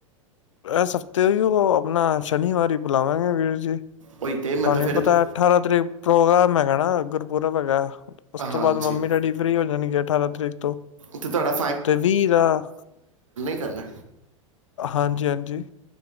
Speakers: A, on the left (about 65°); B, on the right (about 70°).
A: ਐਸ ਹਫ਼ਤੇ ਹੀ ੳਹ ਆਪ ਸ਼ਨੀਵਾਰੀ ਬੁਲਾਵਾਂਗੇ ਵੀਰ ਜੀ।
B: ਉਹੀ ਤੇ ਮਤਲਬ
A: ਤੁਹਾਨੂੰ
B: ਫਿਰ
A: ਪਤਾ
B: ਤੁ-
A: ਅਠਾਰਾਂ ਤਰੀਕ ਪ੍ਰੋਗਰਾਮ ਹੈਗਾ ਹਿਣਾ ਗੁਰ ਪੂਰਬ ਹੈਗਾ ਉਸ ਤੋਂ
B: ਹਾਂਜੀ
A: ਬਾਅਦ, ਮੰਮੀ ਡੈਡੀ ਫ੍ਰੀ ਹੋ ਜਾਣਗੇ ਅਠਾਰਾਂ ਤਰੀਕ ਤੋਂ,
B: ਤੇ ਤੁਹਾਡਾ
A: ਤੇ ਵੀਹ ਦਾ
B: ਕੀ ਕਰਨਾ?
A: ਹਾਂਜੀ-ਹਾਂਜੀ।